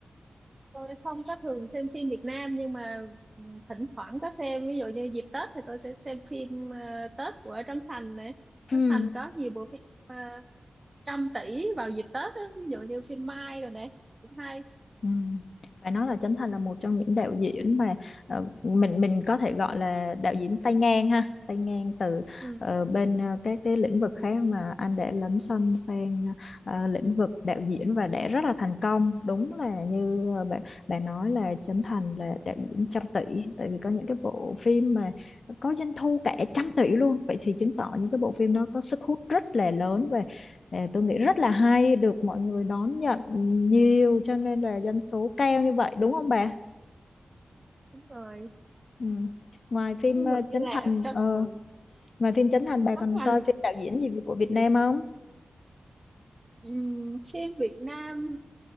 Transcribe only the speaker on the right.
tôi không có thường xem phim Việt Nam nhưng mà ừ, thỉnh thoảng có xem ví dụ như dịp Tết thì tôi sẽ xem phim ờ, Tết của Trấn Thành này
Trấn Thành có nhiều bộ phim ờ, trăm tỷ vào dịp Tết á, ví dụ như phim Mai rồi nè cũng hay
ừ,
đúng rồi
ví
dụ như
là
Trấn
ừ,
Trấn
Thành
Ừm, phim Việt Nam